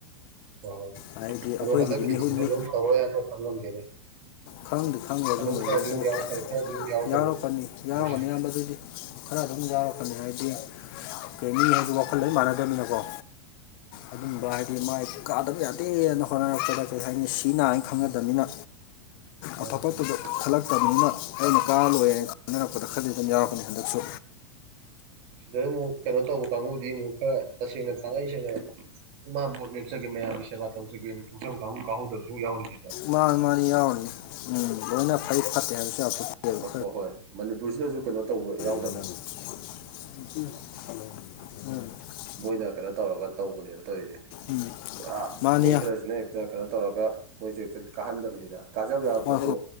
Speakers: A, on the right; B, on the left.
A: <unintelligible>
B: ꯍꯥꯏꯗꯤ ꯑꯩꯈꯣꯏꯒꯤꯗꯤ ꯃꯤꯍꯨꯟꯅꯤ ꯈꯪꯗꯤ ꯈꯪꯕ ꯑꯗꯨ
A: ꯑꯗꯨꯝ
B: ꯂꯩꯕꯗꯣ
A: ꯈꯔꯗꯤ ꯑꯗꯨꯝ ꯌꯥꯎꯔꯛꯀꯅꯤ ꯈꯔꯗꯤ
B: <unintelligible>
A: ꯑꯗꯨꯝ ꯌꯥꯎꯔꯛꯀꯅꯦꯕ
B: ꯌꯥꯎꯔꯛꯀꯅꯤ
A: ꯍꯟꯗꯛꯀꯤ
B: ꯌꯥꯎꯔꯛꯒꯅꯤ
A: ꯎꯝ
B: ꯑꯌꯥꯝꯕ ꯑꯗꯨꯗꯤ ꯈꯔ ꯑꯗꯨꯝ ꯌꯥꯎꯔꯛꯀꯅꯤ ꯍꯥꯏꯗꯤ ꯀꯩꯅꯤ ꯍꯥꯏꯕ ꯋꯥꯈꯜ ꯂ <unintelligible> ꯃꯥꯟꯅꯗꯕꯅꯤꯅꯀꯣ ꯑꯗꯨꯝꯕ ꯍꯥꯏꯗꯤ ꯃꯥꯏ ꯀꯥꯗꯕ ꯌꯥꯗꯦꯅ ꯍꯣꯠꯅꯔꯛꯄꯗ ꯀꯩ ꯍꯥꯏꯅꯤ ꯁꯤ ꯅꯥ ꯍꯥꯏꯅ ꯈꯪꯅꯗꯕꯅꯤꯅ
A: ꯃꯥꯅꯤ
B: ꯑꯐ ꯐꯠꯇꯗꯤ
A: ꯃꯥꯅꯤ
B: ꯈꯟꯂꯛ ꯐꯠꯇꯕꯅꯤꯅ ꯑꯩꯅ ꯀꯥꯔ ꯂꯣꯏꯔꯦꯅ ꯈꯅꯔꯛꯄꯗ ꯈꯔꯗꯤ ꯑꯗꯨꯝ ꯌꯥꯎꯔꯛꯄꯅꯤ ꯍꯟꯗꯛꯁꯨ꯫
A: ꯑꯗꯩꯩ ꯑꯃꯨꯛ ꯀꯩꯅꯣ ꯇꯧꯕ ꯀꯥꯡꯕꯨꯗꯤ ꯑꯃꯨꯛ ꯈꯔ ꯇꯁꯦꯡꯅ ꯇꯥꯡꯉꯩ ꯁꯦꯡꯅ꯫ ꯃꯥ ꯕꯣꯠ ꯂꯦꯞꯆꯥꯒꯦ ꯃꯌꯥꯝꯕꯤ ꯁꯦꯕꯥ ꯇꯧꯉꯦꯅ ꯊꯣꯛꯆꯥꯕ ꯀꯥꯡꯕꯨ ꯀꯥꯍꯧꯗꯕꯁꯨ ꯑꯃꯨꯛ ꯌꯥꯎꯔꯤꯅꯦ꯫
B: ꯃꯥꯅꯤ ꯃꯥꯅꯤ ꯌꯥꯎꯔꯅꯤ ꯎꯝ ꯂꯣꯏꯅ ꯐꯩ ꯐꯠꯇꯦ ꯍꯥꯏꯕꯁꯨ ꯌꯥꯄꯣꯟꯇꯦꯕ꯫
A: ꯑ ꯍꯣꯏ ꯃꯅꯤꯄꯨꯔꯁꯤꯗꯁꯨ ꯀꯩꯅꯣ ꯇꯧꯕ ꯌꯥꯎ
B: <unintelligible>
A: ꯃꯣꯏꯗ ꯀꯩꯅꯣ ꯇꯧꯔꯒ ꯇꯧꯕꯅꯦꯕ ꯇꯧꯔꯤꯁꯦ
B: ꯎꯝ
A: ꯄꯨꯔꯥ
B: ꯃꯥꯅꯤ
A: ꯃꯣꯏ ꯈꯔꯁꯤꯅ ꯅ ꯇꯧꯔꯒ ꯃꯣꯏ ꯆ ꯀꯥꯍꯟꯗꯕꯅꯤꯗ ꯀꯥꯖꯕ ꯌꯥꯕ
B: ꯍꯣꯏ
A: ꯄꯣꯠꯇꯣ